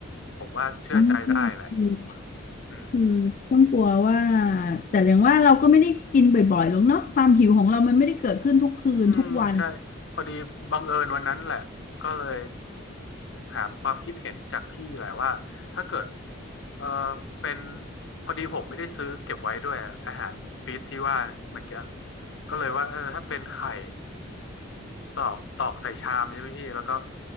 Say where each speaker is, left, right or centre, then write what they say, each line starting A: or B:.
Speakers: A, on the left (about 65°); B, on the left (about 40°).
A: ผมว่าเชื่อใจได้แหละ
B: อ๋อ
A: อืม
B: คือต้องกลัวว่าแต่อย่างว่าเราก็ไม่ได้กินบ่อยๆหรอกเนาะความหิวของเรามันไม่ได้เกิดขึ้นทุกคืนทุกวัน
A: อืมใช่พอดีบังเอิญวันนั้นแหละก็เลยถามความคิดเห็นจากพี่แหละว่าถ้าเกิดเออเป็นพอดีผมไม่ได้ซื้อเก็บไว้ด้วยอะอาหารฟีดที่ว่าเมื่อกี้ก็เลยว่าเออถ้าเป็นไข่ตอกตอกใส่ชามใช่ไหมพี่แล้วก็